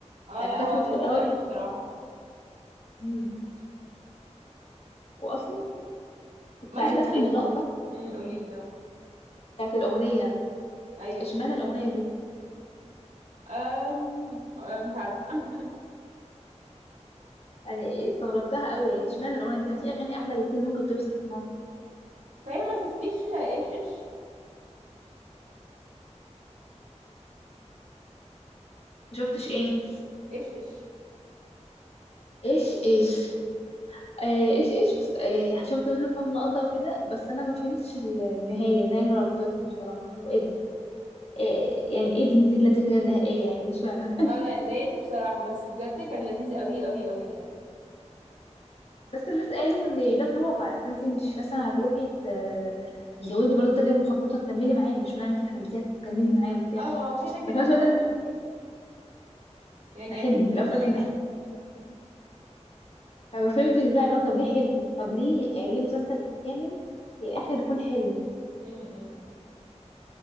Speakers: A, on the right (about 80°); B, on the left (about 55°).
A: اه
B: كان
A: لا
B: شكله
A: هو لذيذ
B: في الأول
A: قوي
B: ده.
A: بصراحة
B: مم. واصلا كنت
A: ما
B: عايزه
A: شفتيش
B: افهم اللقطه
A: امم قوليلي اه
B: بتاعت الاغنيه
A: ايوه
B: اشمعنى الاغنيه دي
A: أم... أم، مش عارفة <laughs>
B: يعني استغربتها قوي يعني اشمعنى الاغنيه دي كان في اغاني احلى بكتير ممكن توصف الموقف
A: صحيح ما شفتيش ايش ايش
B: ما شفتش ايه
A: ايش ايش
B: ايش ايش آه ايش ايش بس آه شفت منه كام لقطه وكده بس انا ما فهمتش ال- النهايه النهايه جربتني بصراحه لو ايه ده إيه يعني ايه دي, دي النتيجة النهائية يعني مش فاهمة
A: اه لا اتضايقت بصراحة بس بجد كان لذيذ قوي قوي قوي يعني
B: بس الناس قالوا ان ده الواقع فانت مش مثلا هتروحي ت- تتجوزي برضه تاجر مخدرات هتكملي معاه مش معنى انت حبيتيه هتكملي معاه وبتاع
A: اه ما هو كده كده
B: ففي نفس الوقت
A: اه
B: أنا بتقول
A: يعني
B: ده حلم
A: اكيد
B: في
A: في
B: الاول وفي
A: نهاية
B: الآخر ده حلم
A: م-
B: فما فهمتش بقى لو طب ليه حلم طب ليه يعني ليه مسلسل كامل في الاخر يكون حلم
A: م- م.